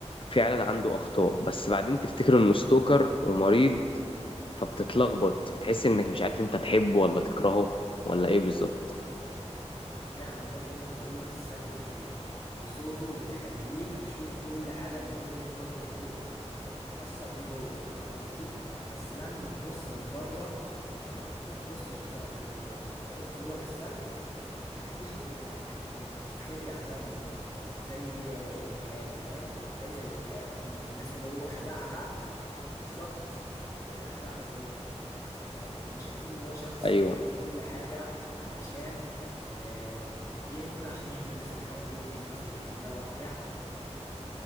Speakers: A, on the left; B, on the left.
A: فعلا عنده أخطاء بس بعدين تفتكر إنه ستوكر ومريض فبتتلخبط بتحس انك مش عارف انت تحبه ولا تكرهه ولا ايه بالظبط
B: فعلا ده لان طريقة السرد اللي بصوته بتخليك تشوف كل حاجة من وجهة نظره هو فبتتأثر بيه هو فاهم قصدي بس لما تبص من بره او ما تبصش بط- ب- م- بطريقته هو للسرد هتكتشف انك كنت بتتخدع زيه زي اللي في حياته فاهم زيه زي اللي في حياته الناس اللي هو خدعها بالظبط احنا اتخدعنا زيهم آه، كنا شايفين ان هو شخص
A: ايوه
B: بيعمل كل حاجة علشان آه، بيعمل كل عشان يحمي الناس اللي حواليه بيحمي الناس اللي بيحبها وبتاع